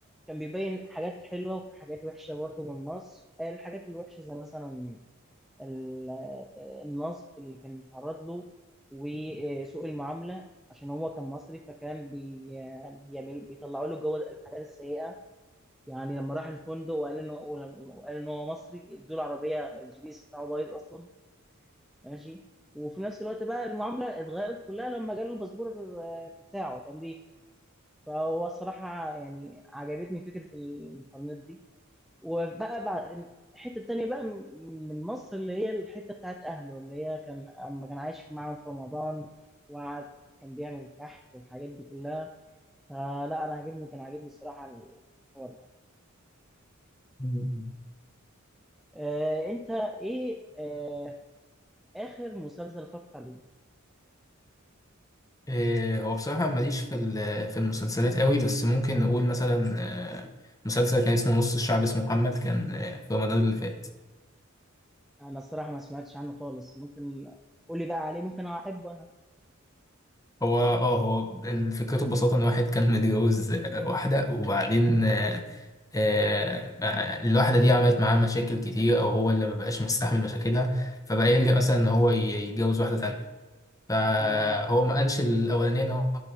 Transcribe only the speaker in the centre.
كان بيبين حاجات حلوه وحاجات وحشه برضو من مصر الحاجات الوحشه زي مثلا ال- النصب اللي كان اتعرض له وسوء المعامله عشان هو كان مصري فكان بي... بيعمل بيطلعوا له جوه الحاجات السيئه يعني لما راح الفندق وقال انه وقال انه هو مصري ادوا له عربيه الجي بي اس بتاعه بايظ اصلا ماشي وفي نفس الوقت بقى المعامله اتغيرت كلها لما جاله الباسبور آه، بتاعه الامريكي فهو الصراحه يعني عجبتني فكره المقارنات دي وبقى بعد الحته التانيه بقى م- من مصر اللي هي الحته بتاعت اهله اللي هي كان اما كان عايش معاهم في رمضان وقعد كان بيعمل الكحك والحاجات دي كلها فلا انا عاجبني كان عاجبني الصراحه الحوار ده
آه انت ايه آه اخر مسلسل اتفرجت عليه
انا الصراحه ما سمعتش عنه خالص ممكن قولي بقى عليه ممكن احبه انا
مم.
اه